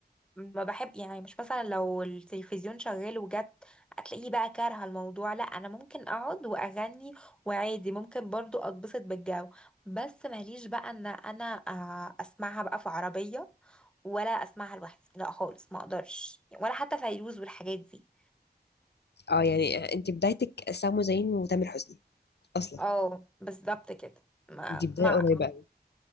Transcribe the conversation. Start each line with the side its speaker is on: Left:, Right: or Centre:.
Centre: ما بحب يعني مش مثلا لو التلفزيون شغال وجت هتلاقيه بقى كارهه الموضوع لا انا ممكن اقعد واغني وعادي ممكن برضو اتبسط بالجو بس ماليش بقى ان انا آه اسمعها بقى في عربيه ولا اسمعها لوحدي لا خالص ما اقدرش ولا حتى فيروز والحاجات دي
Left: اه يعني انت بدايتك سامو زين وتامر حسني اصلا
Centre: اه بالظبط كده ما
Left: دي بدايه
Centre: مع
Left: قريبه قوي